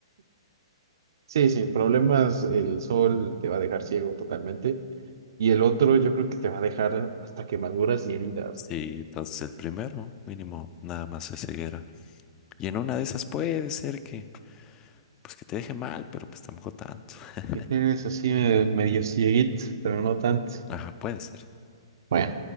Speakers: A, on the right; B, on the left.
A: sí, sin problemas. El sol te va a dejar ciego totalmente y el otro yo creo que te va a dejar hasta quemaduras y heridas.
B: Sí, entonces el primero, mínimo, nada más es ceguera. Y en una de esas puede ser que Pues que te deje mal, pero pues tampoco tanto. <laughs>
A: Te quedas así eh, medio cieguito, pero no tanto.
B: Ajá, puede ser.
A: Bueno,